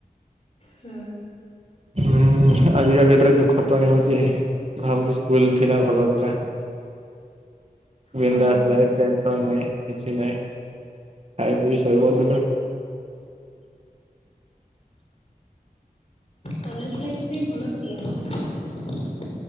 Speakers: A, on the left; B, on the right.
A: ହୁଁ।
B: ହୁଁ ଆଜିକା ଡେଟରେ ଯୋଉ ଖଟଣି ହଉଛି ଭାବୁଛି ସ୍କୁଲ ଥିଲା ଭଲ ଥିଲା। ବିନ୍ଦାସ
A: ହଁ।
B: ଲାଇଫ <inaudible> ନାଇଁ କିଛି ନାଇଁ ଖାଇ ପିଇ ସୋଇପଡୁଥିଲୁ। <unintelligible>
A: କଲେଜ ଲାଇଫ ବି ଭଲ ଥିଲା।